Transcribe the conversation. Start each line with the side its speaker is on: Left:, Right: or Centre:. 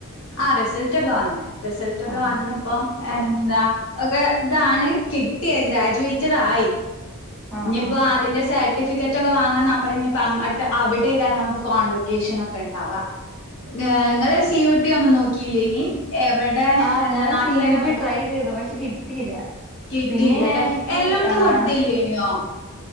Left: ആഹ് റിസൾറ്റൊക്കെ വന്ന് റിസൾറ്റൊക്കെ
Centre: ആ
Left: വന്ന്പ്പം എന്താ ഒക്കെ ഇതാണ് കിട്ടിയത ഗ്രാജുവേയ്റ്റെഡ് ആയി.
Centre: ആ
Left: ഇഞ്ഞിപ്പോ
Centre: ആ
Left: അതിന്റെ സർ റ്റിഫിക്കെറ്റൊക്കെ വാങ്ങാൻ നമ്മളിഞ്ഞിപ്പോ അങ്ങട്ട് അവിടെം നമ്മക്ക് കോൺവെക്കേഷൻ ഒക്കെഇണ്ടാവാ. ന്നേ ഇങ്ങള് സീ യു ട്ടി ഒന്നും നോക്കിയില്ലേയ്നി എവടെ
Centre: ആഹ്
Left: എന്താനാട്ടിലെന്നെ
Centre: ഞാൻ സി യു ടി
Left: പഠി
Centre: ട്രൈ ചെയ്തു പക്ഷെ കിട്ടിയില്ല
Left: കിട്ടില്ലല്ലെ
Centre: പിന്നെ എനിക്ക്
Left: എല്ലോട്ത്തും
Centre: ആഹ്
Left: കൊട്ത്തീലയ്നോ?